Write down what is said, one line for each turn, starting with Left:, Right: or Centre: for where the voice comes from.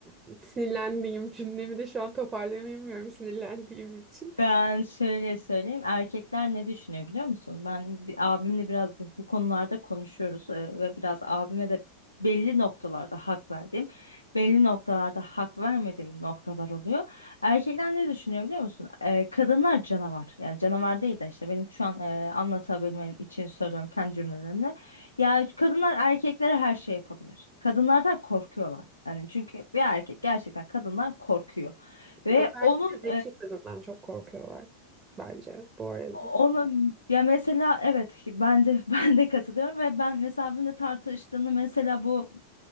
Right: e, sinirlendiğim cümlemi de şu an toparlayamıyorum sinirlendiğim için.
Left: Ben şöyle söyleyeyim. Erkekler ne düşünüyor biliyor musun? Ben bir, abimle biraz bu, bu konularda konuşuyoruz e, ve biraz abime de belli noktalarda hak verdiğim, belli noktalarda hak vermediğim noktalar oluyor. Erkekler ne düşünüyor biliyor musun? E, kadınlar canavar. Yani canavar değil de işte benim şu an e, anlatabilmem için söylüyorum kendi cümlelerimle. Ya kadınlar erkeklere her şey yapabilir. Kadınlardan korkuyorlar. Yani çünkü bir erkek gerçekten kadından korkuyor. Ve
Right: Özellikle
Left: onun
Right: zeki kadından çok korkuyorlar bence bu arada.
Left: ona ya mesela evet ki ben de <laughs> ben de katılıyorum ve ben mesela benimle tartıştığımda mesela bu